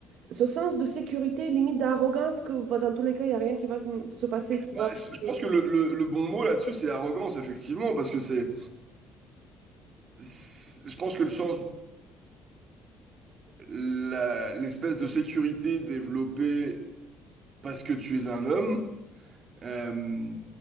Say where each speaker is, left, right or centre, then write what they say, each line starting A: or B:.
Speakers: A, on the right (about 60°); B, on the right (about 35°).
A: ce sens de sécurité, limite d'arrogance, que bah, dans tous les cas, il n'y a rien qui va se se passer. Tu
B: Bah,
A: vois? Parce
B: c- je pense
A: que-
B: que le, le- le bon mot là-dessus, c'est arrogance, effectivement, parce que c'est. c'est- Je pense que le sens. la- l'espèce de sécurité développée parce que tu es un homme euh,